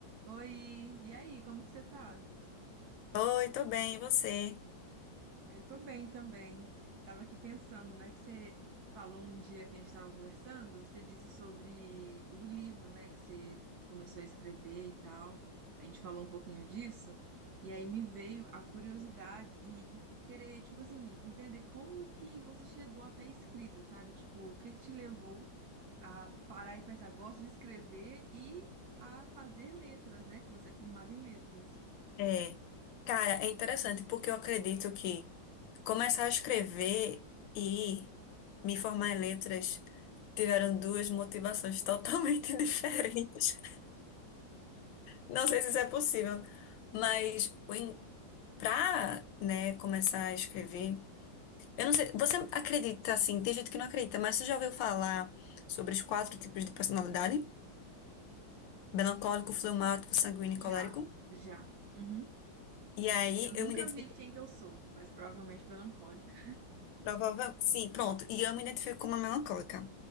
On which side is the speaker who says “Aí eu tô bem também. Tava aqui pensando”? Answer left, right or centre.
Right